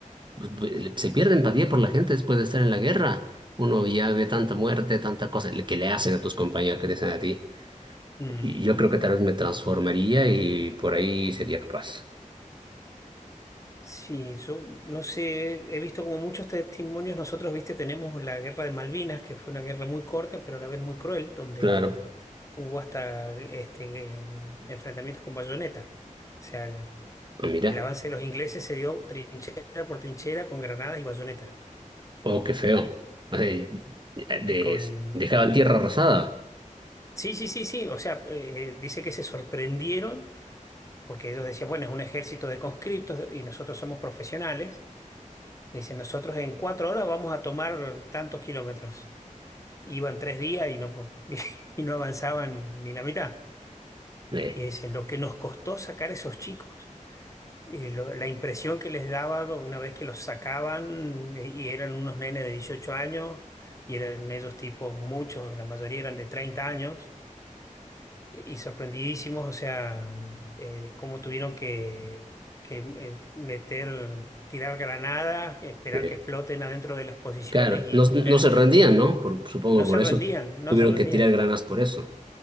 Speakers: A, on the right (about 35°); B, on the left (about 25°).
A: pues, pues, se pierde empatía por la gente después de estar en la guerra. Uno ya ve tanta muerte, tanta cosa le- que le hacen a tus compañeros que te hacen a ti.
B: mm.
A: Y yo creo que tal vez me transformaría y por ahí sería capaz.
B: Sí, yo no sé, he visto como muchos testimonios, nosotros, viste, tenemos la guerra de Malvinas, que fue una guerra muy corta, pero a la vez muy cruel, donde
A: Claro,
B: hubo hasta este, em, enfrentamientos con bayoneta. O sea,
A: pues mira,
B: el avance de los ingleses se dio trinchera por trinchera con granadas y bayoneta
A: oh, qué feo. O sea, de-
B: Eh, con...
A: dejaban tierra arrasada.
B: Sí, sí, sí, sí, o sea, eh, dice que se sorprendieron porque ellos decían, bueno, es un ejército de conscriptos y nosotros somos profesionales. Dicen, nosotros en cuatro horas vamos a tomar tantos kilómetros. Iban tres días y no, <laughs> y no avanzaban ni la mitad.
A: Eh,
B: Y dicen, lo que nos costó sacar esos chicos, eh, lo- la impresión que les daba una vez que los sacaban eh, y eran unos nenes de 18 años y eran ellos tipos, muchos, la mayoría eran de 30 años y sorprendidísimos, o sea, eh, cómo tuvieron que, que, eh, meter, tirar granadas, esperar
A: eh,
B: que exploten adentro de las posiciones
A: claro,
B: y
A: no,
B: meter,
A: no se rendían, ¿no? Por- supongo
B: no
A: por
B: se rendían,
A: eso
B: no
A: tuvieron
B: se rendían.
A: que tirar granas por eso.